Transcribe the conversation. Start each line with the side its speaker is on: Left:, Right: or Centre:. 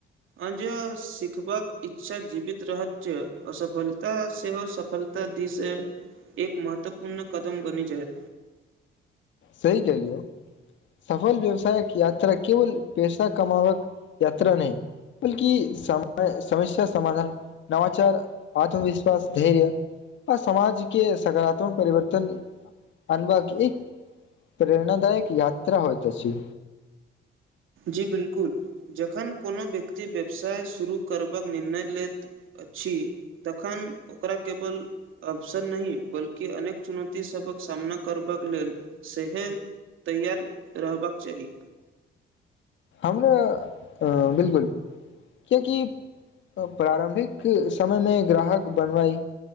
Right: अज सिखबाक इच्छा जीवित रहत छै। असफलता सेहो सफलता दिस एक महत्वपूर्ण कदम बनी जाय
Left: सही क लियौ सफल व्यवसायक यात्रा केवल पैसा कमावक यात्रा नहि बलकि सम समस्या समाधान नवाचार आत्मविश्वास धैर्य आ समाज के सकारात्मक परिवर्तन अनभा एक प्रेरणादायक यात्रा होइती छी।
Right: जी बिलकुल जखन कोनो व्यक्ति व्यवसाय शुरू करबाक निर्णय लैत छी तखन ओकरा केवल अवसर नहि बल्कि अनेक चुनौती सबकसँ सामना करबाक लेल सेहोह तैयार रहबाक चाही
Left: हमरा अ बिलकुल क्यकि प्रारं्भिक समय मे ग्राहक बनवई